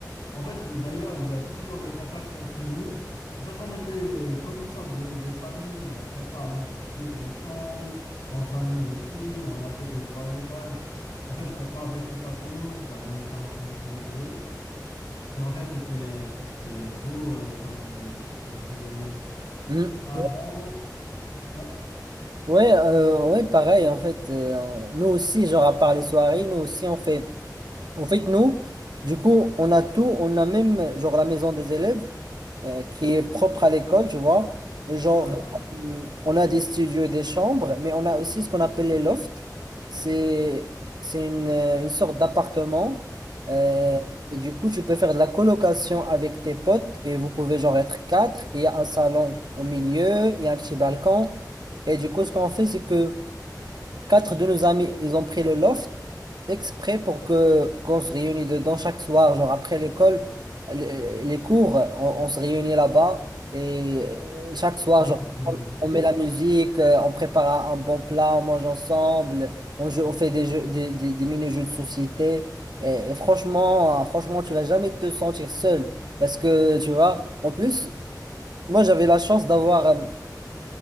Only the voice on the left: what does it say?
En fait, d'ailleurs, il y a toujours le contact entre nous. En fait, on était euh, comme une sorte de, de famille, on prépare les trucs ensemble, on s'amuse aussi, on a fait des voyages. En fait, euh, pas avec toute la promo, car on était un peu nombreux. Mais en fait, c'était euh, c'était euh, beau euh, comme, euh, comme souvenir.
Avant, ouais.
D'accord,
d'accord.
Ah,
c'est bien.
donc, euh,